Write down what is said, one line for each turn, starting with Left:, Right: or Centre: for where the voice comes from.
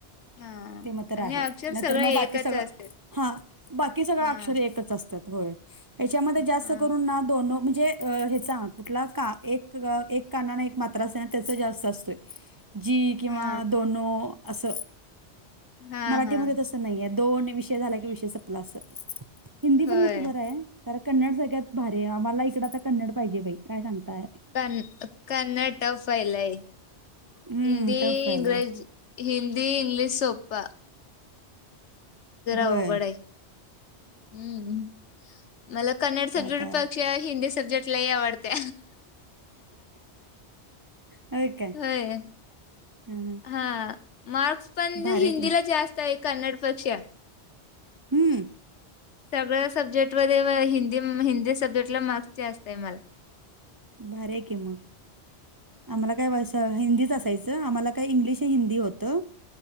Left: हा
Right: ते मात्र
Left: आणि
Right: आहे
Left: अक्षर
Right: नंतर
Left: सगळे
Right: मग बाकी
Left: एकच
Right: सगळं
Left: असतात.
Right: हा बाकी सगळं
Left: हा
Right: अक्षरे एकच असत होय याच्यामध्ये जास्त
Left: हा
Right: करून ना दोन म्हणजे कुठला का काना एक मात्रा अस ना त्याच जास्त असतोय जी किंवा
Left: हा
Right: दोनो असं
Left: हा
Right: मराठीमध्ये
Left: हा
Right: तसं नाहीय दोन विषय झाला कि विषय संपला अस हिंदी
Left: होय
Right: पण कसं बरं आहे कारर कन्नड सगळ्यात भारी आहे आम्हाला इकडं तर कन्नड पाहिजे बाई काय सांगताय
Left: कन क्नड टफ आहे लय
Right: हम्म
Left: हिंदी
Right: टफ आलंय
Left: इंग्रजी हिंदी इंग्लिश सोप
Right: होय
Left: अवघड आहे. हम्म मला कन्नड स
Right: का आता
Left: प त्या हिंदी सब्जेक्ट लाही आवडते
Right: होय काय
Left: होय
Right: हम्म
Left: हा मार्क्स पण
Right: भारी
Left: हिंदीला
Right: आहे की मग
Left: जास्त आहे कन्नड पेक्षा
Right: हम्म
Left: सगळ्या सब्जेक्ट मध्ये हिंदी हिंदी सब्जेक्ट ला मार्क्स जास्त आहे मला
Right: भारी आहे की मग आम्हाला काय वा हंदी च असायच आमाला काय इंग्लिश हिंदी होत